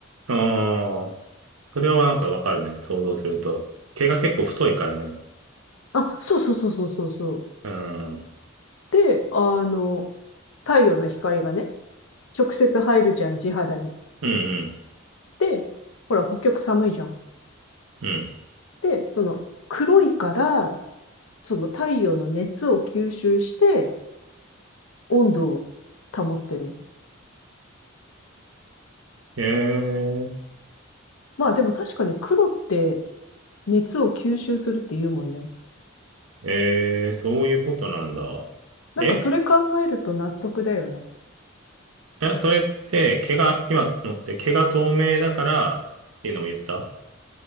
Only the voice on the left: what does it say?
あ、そうそうそうそうそうそう。
で、あの、太陽の光がね、直接入るじゃん、地肌に。
で、ほら、北極寒いじゃん。
で、その、黒いから、その太陽の熱を吸収して、温度を保ってる。
まあでも確かに黒って熱を吸収するって言うもんね。
なんかそれ考えると納得だよね。